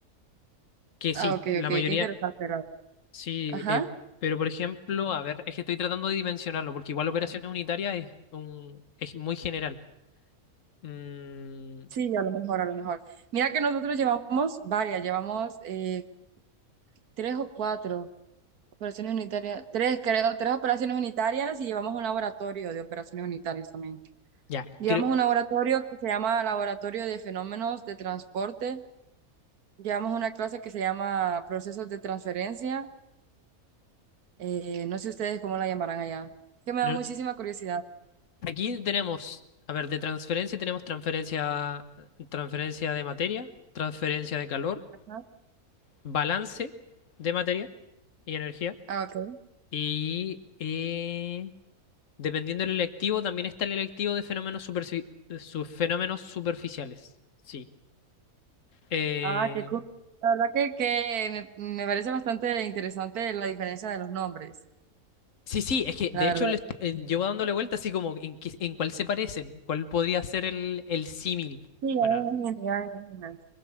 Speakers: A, on the left; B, on the right.
A: Que sí,
B: Ah, ok,
A: la
B: ok. Qué
A: mayoría,
B: interesante, Raúl.
A: Sí,
B: Ajá.
A: eh, pero por ejemplo, a ver, es que estoy tratando de dimensionarlo, porque igual operaciones unitarias es, un, es muy general. Mm,
B: Sí, a lo mejor, a lo mejor. Mira que nosotros llevamos varias, llevamos eh, tres o cuatro operaciones unitarias, tres creo, tres operaciones unitarias y llevamos un laboratorio de operaciones unitarias también.
A: ya,
B: Llevamos
A: creo,
B: un laboratorio que se llama Laboratorio de Fenómenos de Transporte. Llevamos una clase que se llama Procesos de Transferencia. Eh, no sé ustedes cómo la llamarán allá. Que me
A: no-
B: da muchísima curiosidad.
A: aquí tenemos, a ver, de transferencia tenemos transferencia, transferencia de materia, transferencia de calor,
B: Ajá.
A: balance de materia y energía,
B: Ah, ok.
A: y eh, dependiendo del electivo, también está el electivo de fenómenos, superfi- su- fenómenos superficiales. Sí. Eh,
B: Ah, qué cool. La verdad que, que me, me parece bastante interesante la diferencia de los nombres,
A: Sí, sí, es que
B: la
A: de
B: verdad.
A: hecho le est- eh, llevo dándole vuelta así como en, qué- en cuál se parecen, cuál podría ser el, el símil.
B: Sí, ya
A: Bueno,
B: me imagino, ya me imagino.